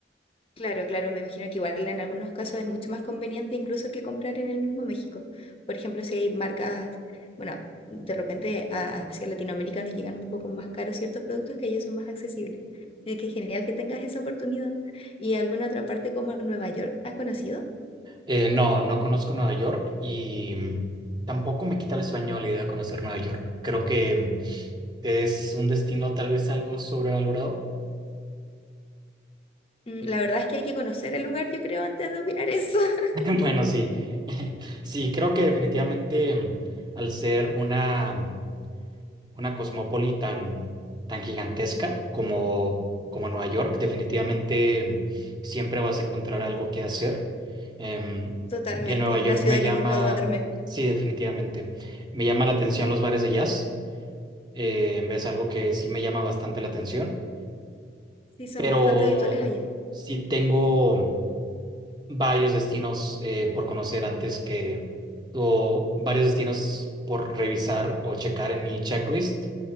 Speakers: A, on the left (about 30°); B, on the right (about 25°).
A: Claro, claro, me imagino que igual en algunos casos es mucho más conveniente incluso que comprar en el mismo México. Por ejemplo, si hay marcas, bueno, de repente a- hacia Latinoamérica nos llegan un poco más caros ciertos productos que allá son más accesibles. Así que genial que tengas esa oportunidad. ¿Y alguna otra parte como Nueva York has conocido?
B: Eh, no, no conozco Nueva York y mm, tampoco me quita el sueño la idea de conocer Nueva York. Creo que mm, es un destino tal vez algo sobrevalorado.
A: Mm, La verdad es que hay que conocer el lugar, yo creo, antes de opinar eso. <laughs>
B: <laughs> Bueno, sí, <laughs> sí, creo que definitivamente mm, al ser una... mm, una cosmópoli tan, tan gigantesca como, como Nueva York. Definitivamente em, siempre vas a encontrar algo que hacer. Em,
A: Totalmente,
B: de Nueva York
A: la ciudad
B: me llama,
A: que nunca duerme.
B: sí, definitivamente, me llama la atención los bares de jazz. Eh, es algo que sí me llama bastante la atención,
A: Sí, son
B: pero
A: bastante habituales allá.
B: sí tengo varios destinos eh, por conocer antes que, o varios destinos por revisar o checar en mi checklist